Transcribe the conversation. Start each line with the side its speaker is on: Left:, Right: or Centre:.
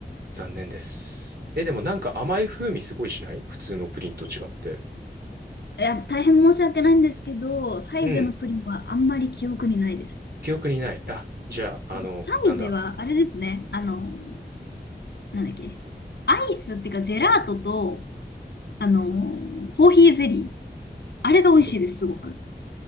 Right: 残念です。え、でもなんか甘い風味すごいしない普通のプリンと違って。
Left: いや、大変申し訳ないんですけど、サイゼのプリンはあんまり記憶にないです。
Right: うん。記憶にない。あ、じゃあ、
Left: やっぱサイゼはあれですね、
Right: あの、なんだ。
Left: あの、なんだっけ、アイスっていうかジェラートと、あの、コーヒーゼリー、あれが美味しいです、
Right: ど、
Left: すごく。